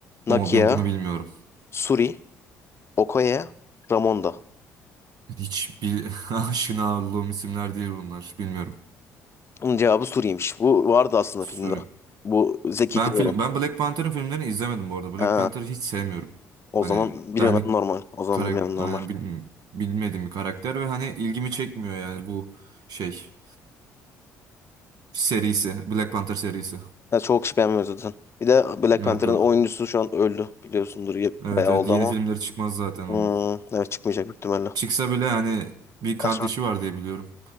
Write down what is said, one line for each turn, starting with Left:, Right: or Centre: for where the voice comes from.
Left: Nakia,
Right: Ama ben bunu bilmiyorum.
Left: Suri, Okoye, Ramonda.
Right: Hiç bil <laughs> aşina olduğum isimler değil bunlar. Bilmiyorum.
Left: Bunun cevabı Suri'ymiş. Bu vardı aslında
Right: Sorry.
Left: filmde. Bu Zeki
Right: Ben
Left: Kıl
Right: film
Left: olan.
Right: ben Black Panther'ın filmlerini izlemedim bu arada. Black
Left: Ha,
Right: Panther'ı hiç sevmiyorum.
Left: o
Right: Hani
Left: zaman bilmemem
Right: benlik
Left: normal. O zaman
Right: karakter
Left: bilmemem normal.
Right: yani bil- bilmediğim bir karakter ve hani ilgimi çekmiyor yani bu şey serisi. Black Panther serisi.
Left: Ya çok kişi beğenmiyor zaten. Bir de Black
Right: Evet
Left: Panther'ın
Right: o.
Left: oyuncusu şu an öldü biliyorsundur. Ya-
Right: Evet
Left: Bayağı
Right: evet
Left: oldu
Right: yeni
Left: ama.
Right: filmleri çıkmaz zaten onun.
Left: Hmm, evet çıkmayacak büyük ihtimalle.
Right: Çıksa bile hani bir
Left: Aslında
Right: kardeşi var diye biliyorum.